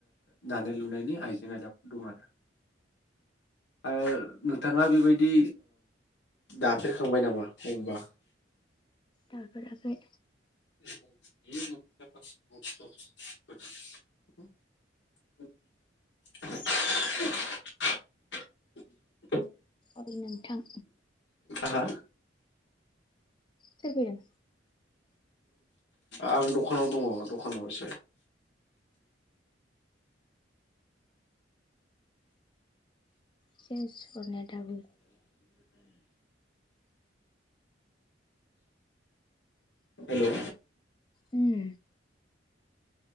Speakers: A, on the left; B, on the left.
A: दानाय लुनायनि आइजें आयलाफोर दं आरो ओ नोंथाङा बेबायदि दाफेरखांबाय नामा बबा
B: दाफेराखै।
A: <inaudible>
B: ओइ नोंथां।
A: हा
B: सोर फैदों?
A: आं दखानाव दंङ दखानाव एसे
B: हे सर नेथाबो
A: हेलौ
B: उम।